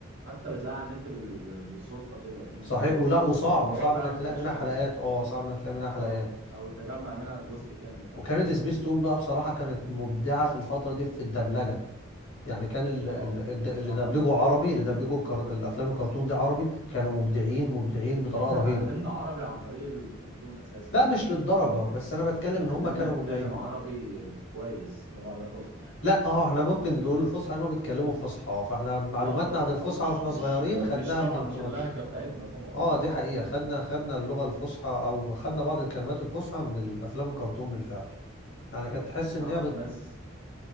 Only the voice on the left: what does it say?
صحيح
ولا وصعب
وصعب
انك
تلاقي
منها
حلقات اه صعب انك تلاقي منها حلقات
وكانت
سبيس تون بقى بصراحه كانت مبدعه في الفتره دي في الدبلجه يعني كان ال-
ال- الد-
اللي
دبلجه عربي اللي دبلجه الكر... الافلام الكرتون دي عربي كانوا مبدعين مبدعين بطريقه
رهيبه
لا مش للدرجه
بس انا بتكلم
ان هم كانوا
مبدعين
لا اه احنا ممكن نقول الفصحى لانهم بيتكلموا فصحى فاحنا معلوماتنا
عن الفصحى
واحنا
صغيرين خدناها
من القناه
دي
اه دي حقيقه خدنا خدنا اللغه الفصحى او خدنا بعض الكلمات الفصحى من الافلام الكرتون بالفعل يعني
كانت تحس
ان
هي بت...